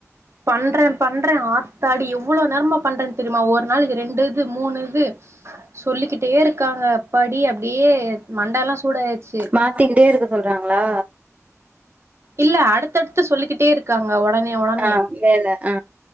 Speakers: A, on the right; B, on the right.
A: பண்றே பண்றே ஆத்தாடி எவ்வளவு நேரோ பண்றேன்னு தெரியுமா ஒரு நாளைக்கு ரெண்டு மூணுது இது சொல்லிகிட்டே இருக்காங்க படி அப்டியே மண்டல்லாம் சூடு ஆயிடுச்சு
B: மாத்திகிட்டே இருக்க சொல்றாங்களா
A: இல்ல அடுத்தடுத்து சொல்லிக்கிட்டே இருக்காங்க உடனே உடனே
B: ஆ வேல ஆ